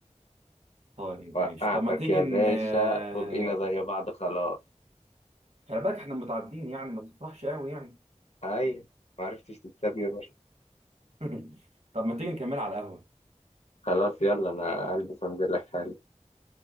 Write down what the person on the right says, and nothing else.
طيب
ماشي طب ما تيجي
ن
آه،
خلي بالك احنا متعدين يعني ما تفرحش قوي يعني
<laughs> طب ما تيجي نكمل على القهوة